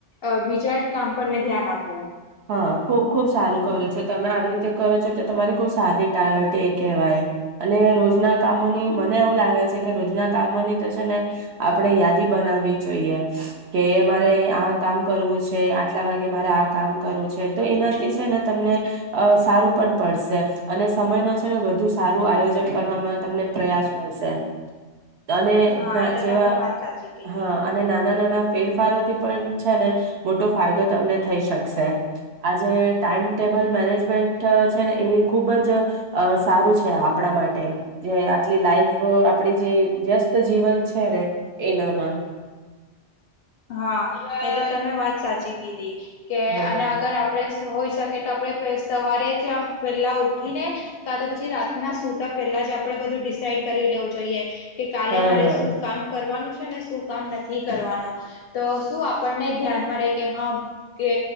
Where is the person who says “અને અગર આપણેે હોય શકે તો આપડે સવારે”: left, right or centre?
Left